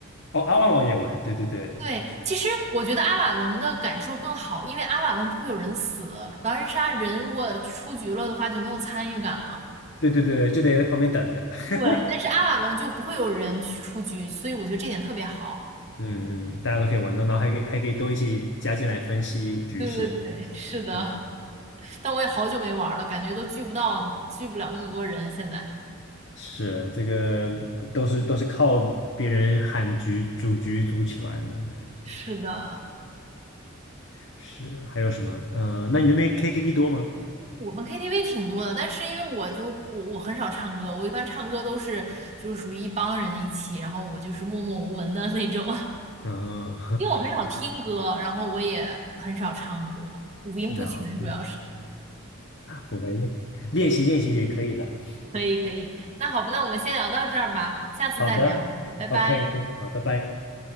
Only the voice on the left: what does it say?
哦，阿瓦隆也玩，对对对
对对对对，就得在旁边等着。<laughs>
嗯嗯，大家都可以玩到，然后还可以还可以都一起加进来分析局势。
嗯，
是这个都是都是靠别人喊局组局组起来的，对，
是还有什么？呃，那你那边 KTV 多吗？
嗯，
<laughs> 了解，不会，练习练习也可以的。
好的，OK
OK，好，拜拜。